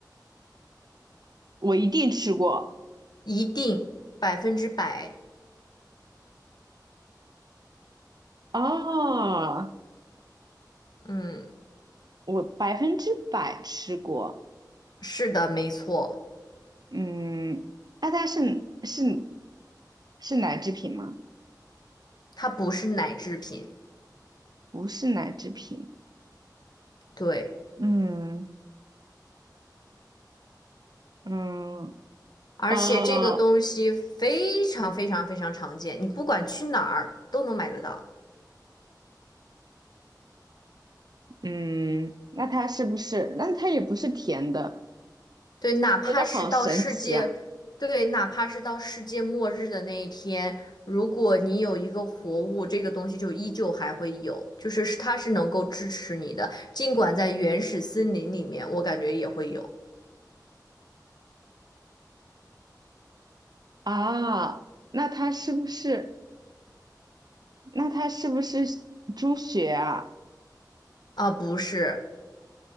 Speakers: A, on the right; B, on the left.
A: 我一定吃过。
B: 一定百分之百。
A: 哦，
B: 嗯，
A: 我百分之百吃过。
B: 是的，没错，
A: 嗯，那它是是是奶制品吗？
B: 它不是奶制品。
A: 不是奶制品。
B: 对，
A: 嗯嗯，
B: 而且这个东西非常非常非常常见，
A: 哦
B: 你不管去哪儿都能买得到。
A: 嗯，那它是不是？那它也不是甜的，
B: 对，哪怕是到世界，
A: 我觉得好神奇啊！
B: 对，哪怕是到世界末日的那一天，如果你有一个活物，这个东西就依旧还会有，就是是它是能够支持你的，尽管在原始森林里面，我感觉也会有
A: 啊，那它是不是？那它是不是猪血啊？
B: 啊，不是。